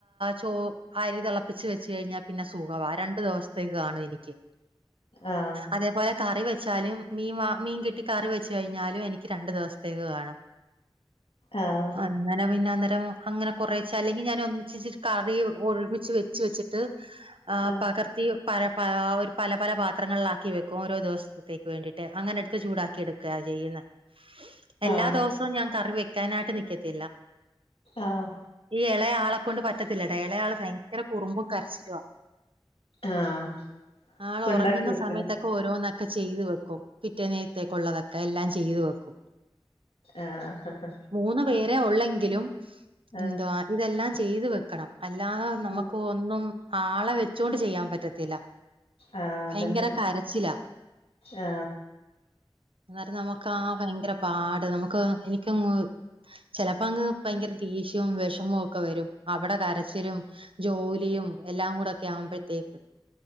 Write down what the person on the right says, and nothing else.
ചോ അരി തെളപ്പിച്ച് വെ ച്ച കയ്ഞ്ഞ പിന്നെ സുഖവാ. രണ്ടു ദിവസത്തേക്ക് കാണു എനിക്ക്.
അതേപോലെ കറി വെച്ചാലും, മീൻ വ മീൻ കിട്ടി കറി വെച്ച് കഴിഞ്ഞാലും, എനിക്ക് രണ്ട് ദിവസത്തേക്ക് കാണും.
അങ്ങനെ പിന്നെ അന്നരം, അങ്ങനെ കുറേച്ച അല്ലെങ്കി ഞാന് ഒന്നിച്ചച്ചിട്ട് കറി ഒരുമിച്ച് വെച്ച് വെച്ചി ട്ട് ആ
പകർത്തി പ പ ഒരു പല പല പാത്രങ്ങളിലാക്കി വെക്കും. ഓരോ ദിവസ ത്തേക്ക് വേണ്ടിട്ട്. അങ്ങനെ എടുത്ത് ചൂടാക്കി എടുക്കുകയാ ചെയ്യുന്നെ. എല്ലാ
ദിവസവും ഞാൻ കറി വെക്കാനായിട്ട് നിക്കത്തില്ല.
ഈ ഇളയാളെ കൊണ്ട് പറ്റത്തില്ലടാ. ഇളയാള് ഭയങ്കര കുറുമ്പും കരച്ചിലുവാ.
ആളൊറങ്ങുന്ന
സമയത്തെ ക്ക് ഓരോന്നൊക്കെ ചെയ്തു വെക്കും. പിറ്റെ നേരത്തേക്കുള്ള തൊക്കെ എല്ലാം ചെയ്തു വെക്കും.
മൂന്ന് പേരെ ഉള്ളെങ്കിലും, എന്തുവാ
ഇതെല്ലാം ചെയ്ത് വെക്കണം. അല്ലാതെ നമുക്ക്
ഒ ന്നും ആളെ വെച്ചോണ്ട് ചെയ്യാൻ പറ്റത്തില്ല.
ഭയങ്കര
കരച്ചിലാ.
അന്നേരം നമുക്ക് ആ ഭയങ്കര പാട്. നമുക്ക് എനിക്കങ്ങ്, ചെലപ്പങ്ങ് ഭയങ്കര ദേഷ്യവും വിഷമവും ഒക്കെ വരും. അവിടെ കരച്ചിലും, ജോലിയും എല്ലാം കൂടെ ഒക്കെ ആവുമ്പഴത്തേക്ക്.